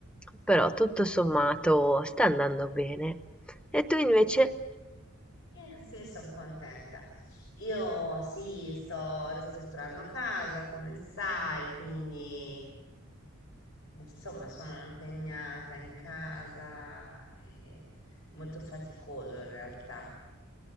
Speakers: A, in the centre; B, on the left.
A: Però tutto
B: Mm.
A: sommato sta andando bene. E tu invece?
B: Eh, sì, sono contenta. Io sì, sto ristrutturando casa, come sai, quindi insomma sono impegnata in casa e molto faticoso in realtà.